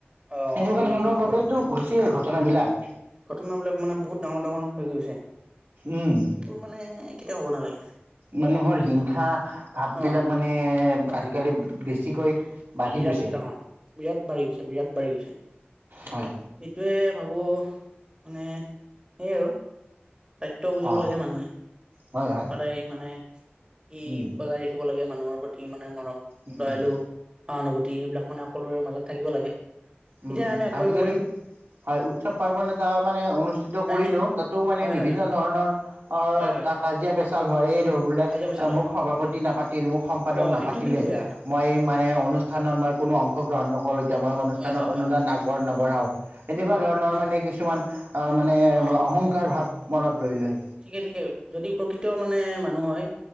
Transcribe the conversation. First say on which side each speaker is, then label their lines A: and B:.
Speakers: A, on the right; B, on the right.
A: অ
B: সেনেকুৱা
A: সেই
B: ধৰণৰ
A: সেইটোৱে
B: বাবেইতো হৈছে ঘটনাবিলাক।
A: ঘটনাবিলাক মানে বহুত ডাঙৰ - ডাঙৰ হৈ গৈছে
B: উম
A: এইবোৰ মানে কেতিয়াও হব নালাগে।
B: মানুহৰ হিংসা ভাব
A: অ
B: বিলাক মানে আজিকালি বেছিকৈ। বাঢ়ি
A: বিৰাট
B: গৈছে
A: ডাঙৰ বিৰাট বাঢ়ি গৈছে - বিৰাট বাঢ়ি গৈছে।
B: হয়
A: এইটোৱে ভাবোঁ মানে সেইয়ে আৰু। দায়িত্ব বুজিব
B: অ
A: লাগে মানুহে
B: হয় হয়
A: সদায় মানে ই
B: উম
A: বজাৰী থাকিব লাগে মানুহৰ প্ৰতি মানে মৰম
B: উম
A: দয়ালু
B: উম
A: সহানুভূতি সেইবিলাক মানে সকলোৰে মাজত থাকিব লাগে। তেতিয়া
B: উম-উম
A: আমি আগবাঢ়িব
B: আজিকালি
A: পাৰিম
B: হয় উৎসৱ পাৰ্বণ এটা মানে অনুষ্ঠিত
A: নাই
B: কৰিলেও
A: নে
B: তাত টো মানে
A: হয়
B: বিভিন্ন
A: হয় হয়
B: ধৰণৰ অ,
A: হয় হয়
B: কা - কাজিয়া পেচাল হয় এই ধৰবোলে
A: কাজিয়া পেচাল হয়
B: মোক সভাপতি নাপাতিল মোক সম্পাদক
A: অ
B: নাপাতিলে।
A: সেইটো কিন্তু বেয়া
B: মই মানে অনুষ্ঠানত মই কোনো অংশগ্ৰহণ নকৰো এতিয়া মই অনুচ
A: হয় হয় হয়
B: আগবঢ় নবঢ়াও এনেকুৱা
A: অ
B: ধৰণৰ মানে কিছুমান অ মানে
A: অ
B: অহংকাৰ ভাৱ মনত লৈ লয়।
A: ঠিকে ঠিকে যদি প্ৰকৃত মানে মানুহ হয়